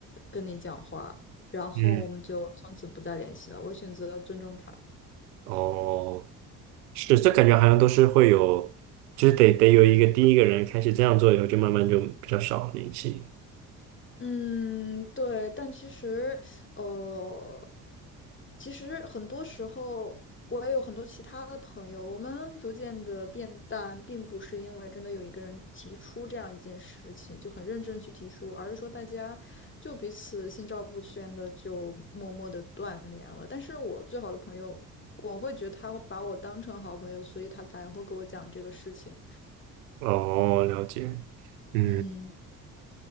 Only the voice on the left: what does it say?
跟你讲话。”然后我们就从此不再联系了。
我选择了尊重他。
嗯，对，但其实，呃，其实很多时候我也有很多其他的朋友，我们逐渐的变淡，并不是因为真的有一个人提出这样一件事情就很认真地去提出，而是说大家就彼此心照不宣的就默默的断联了。但是我最好的朋友，我会觉得他会把我当成好朋友，所以他才会给我讲这个事情。
嗯，